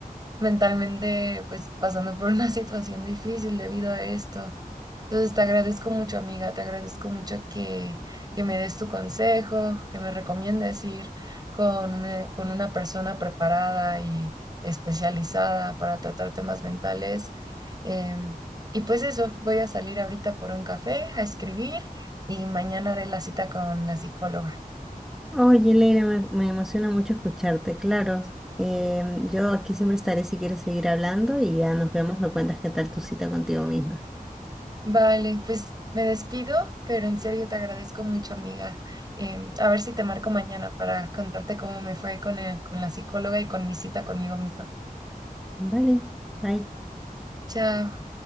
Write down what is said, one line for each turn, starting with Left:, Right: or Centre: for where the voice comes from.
Right: mentalmente pues pasando por una <laughs> situación difícil debido a esto. Entonces te agradezco mucho, amiga, te agradezco mucho que, que me des tu consejo, que me recomiendes ir con una, con una persona preparada y especializada para tratar temas mentales. Em, y pues eso, voy a salir ahorita por un café a escribir y mañana haré la cita con la psicóloga.
Centre: Oye, Leila, me, me emociona mucho escucharte, claro. Em, yo aquí siempre estaré si quieres seguir hablando y ya nos vemos, me cuentas qué tal tu cita contigo misma.
Right: Vale, pues me despido, pero en serio te agradezco mucho, amiga. Em, a ver si te marco mañana para contarte cómo me fue con, el- con la psicóloga y con mi cita conmigo misma.
Centre: Vale, bye.
Right: Chao.